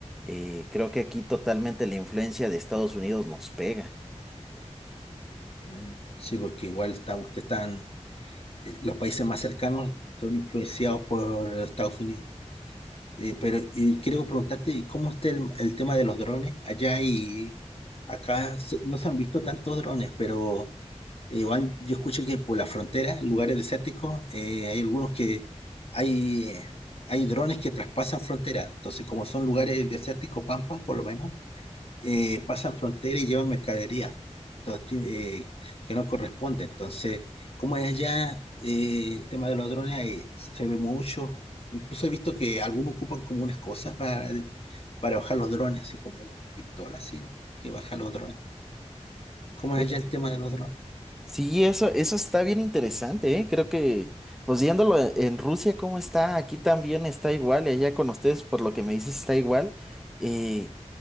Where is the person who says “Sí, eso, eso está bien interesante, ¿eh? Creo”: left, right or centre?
Centre